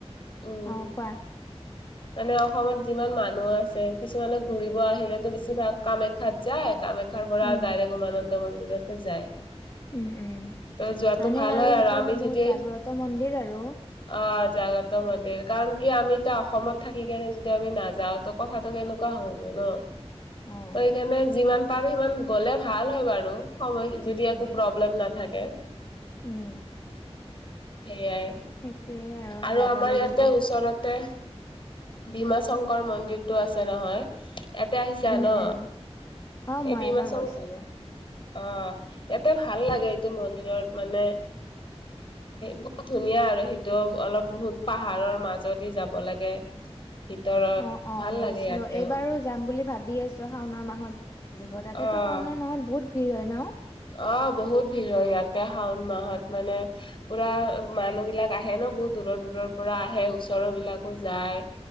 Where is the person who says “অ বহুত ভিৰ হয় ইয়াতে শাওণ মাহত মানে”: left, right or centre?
Left